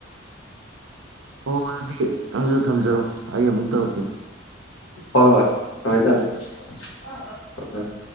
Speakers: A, on the right; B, on the left.
A: <unintelligible> ꯅꯪꯖꯨ ꯊꯝꯖꯔꯣ ꯑꯩ ꯑꯃꯨꯛ ꯇꯧꯔꯛꯀꯦ
B: ꯍꯣꯏ ꯍꯣꯏ ꯊꯝꯃꯦ ꯊꯝꯃꯦ <unintelligible>